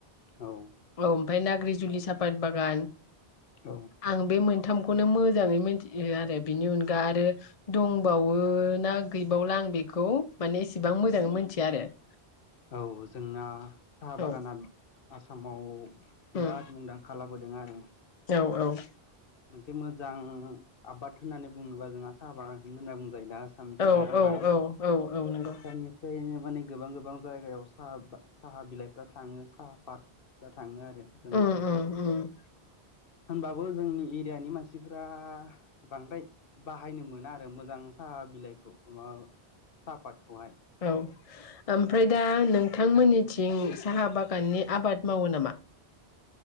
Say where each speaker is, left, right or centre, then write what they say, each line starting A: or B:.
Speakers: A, on the left (about 60°); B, on the left (about 40°).
A: औ
B: औ ओमफ्राय नाग्रिजुलि साफात बागान
A: औ
B: आं बे मोनथामखौनो मोजाङै मिथियो आरो बेनि अनगा आरो दंबावो ना गैबावला आं बेखौ माने एसेबां मोजाङै मोनथिया आरो। <inaudible>
A: औ जोंना साहा बागाना
B: औ
A: आसामाव बिराद
B: उम
A: मुंदां खा लाबोदों आरो
B: औ औ
A: मोनसे मोजां आबाद होननानै बुङोब्ला जोंहा साहा बागखौनो होनना बुंजायो दा आसामनिखौ
B: औ
A: नङा होमबा
B: औ औ औ औ नंगौ
A: आसामनि <unintelligible> माने गोबां गोबां जायगायाव साहा साहा बिलाइफ्रा थाङो साहा पात फ्रा थाङो आरो जोंना
B: उम उम उम
A: होनबाबो जोंनि एरियानि मानसिफ्रा बांद्राय बाहायनो मोना आरो मोजां साहा बिलाइखौ <unintelligible> माबा साहापादखौहाय
B: औ ओमफ्राय दा नोंथांमोन्निथिं साहा बागाननि आबाद मावो नामा?